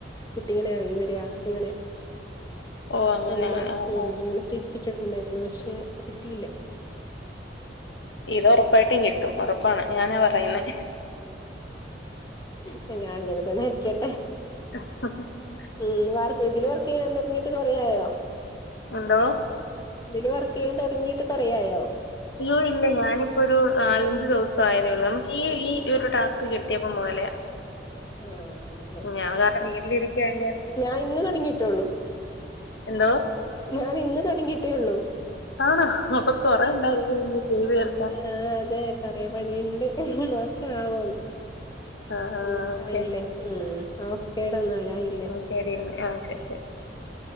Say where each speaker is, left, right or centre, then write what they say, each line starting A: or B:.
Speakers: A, on the left (about 20°); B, on the left (about 80°).
A: കുട്ടികൾങ്ങനെ ഇറങ്ങി വരിക ങ്ങനെ
B: ഓഹ് അങ്ങനെ
A: അങ്ങന
B: അങ്ങനെ ആഹ്
A: ഉം
B: ആഹ്
A: അങ്ങനെ സ്റ്റിച്ച ഇട്ടിട്ടുണ്ടായിരുന്നു പക്ഷെ കിട്ടില്ല
B: ഇത് ഉറപ്പായിട്ടും കിട്ടും ഉറപ്പാണ് ഞാനാ പറയുന്നെ
A: ങ്ങാ അങ്ങനെ തന്നെ ര്ക്കട്ടെ
B: <unintelligible>
A: ഉം വർക്ക തില് വർക്കെയാൻ തോട്ങ്ങിട്ട് കൊറയായോ
B: എന്തോ
A: ഇല് വർക്ക് ചെയ്യാൻ തുടങ്ങിയിട്ട് കുറയായോ
B: അയ്യോ ഇല്ല ഞാനിപ്പൊരു നാലഞ്ചു ദിവസം ആയതേ ഉള്ളൂ നമുക്ക് ഈ ഈ ഒരു ടാസ്ക് കിട്ടയപ്പം മുതല്ലേ
A: ആഹ് ആണല്ലേ
B: ഞാൻ ഒരാസം വീട്ടിലിരിക്കല്ലെ
A: ഞാൻ ഇന്ന് തുടങ്ങിട്ടള്ളു
B: എന്തോ
A: ഞാന് ഇന്ന് തുടങ്ങിയിട്ടേ ഉള്ളു
B: ആണോ അപ്പൊ കൊറേ ഉണ്ടായിരിക്കുല്ലോ ചെയ്തുതീരാൻ
A: ആഹ് അതെ കൊറെ പണിയുണ്ട് നോക്കാവോന്ന്
B: ആ ആ
A: ഉം
B: ഓക്കെ.
A: അയില്ലേ ഉം ഓക്കെ ടാ ന്നാല് ആയില്ലേ
B: ശരി
A: ഉം
B: എന്നാ. ആ ശരി
A: ഓകെ
B: ശരി.
A: ശെരി